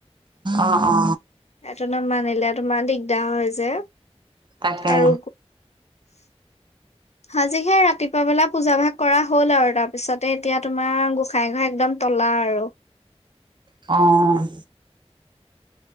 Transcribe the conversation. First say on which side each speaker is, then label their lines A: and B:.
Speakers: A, on the right (about 45°); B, on the left (about 75°).
A: অ অ
B: এটা ন মানিলে তোমাৰ দিগদাৰ হয় যে।
A: তাকে
B: আৰু আজি হে ৰাতিপুৱা বেলা পূজা ভাগ কৰা হ'ল আৰু তাৰ পিছতে এতিয়া তোমাৰ গোসাই ঘৰ একদম তলা আৰু।
A: অ'।